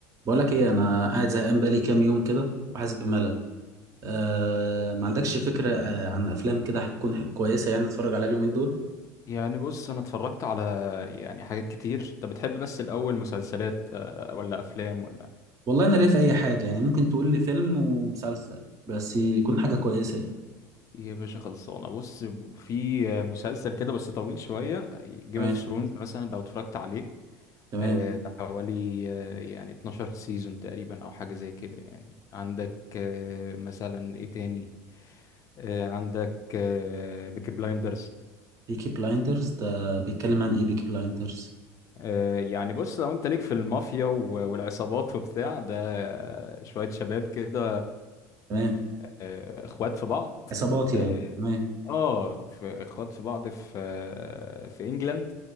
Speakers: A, on the right; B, on the left.
A: بقول لك ايه انا قاعد زهقان بقالي كام يوم كده وحاسس بملل آه ما عندكش فكره آه عن افلام كده هتكون ح- كويسه يعني اتفرج عليها اليومين دول
B: يعني بص انا اتفرجت على يعني حاجات كتير انت بتحب بس الاول مسلسلات آه، ولا افلام ولا
A: والله انا ليا في اي حاجه يعني ممكن تقول لي فيلم ومسلسل بس يكون حاجه كويسه يعني
B: إيه يا باشا خلصانه بص في مسلسل كده بس طويل شويه جيم
A: تمام
B: اوف ثرونز مثلا لو اتفرجت عليه
A: تمام
B: آه، ده حوالي آه، يعني 12 سيزون تقريبا او حاجه زي كده يعني عندك آه، مثلا ايه تاني آه، عندك بيكي بلايندرز
A: بيكي بلايندرز ده بيتكلم
B: مهم.
A: عن ايه بيكي بلايندرز
B: آه، يعني بص لو انت ليك في المافيا و- والعصابات وبتاع ده آه، شوية شباب كده
A: تمام
B: آه، اخوات في بعض
A: عصابات يعني
B: اه
A: تمام
B: آه، في اخوات في بعض في آه، في انجلند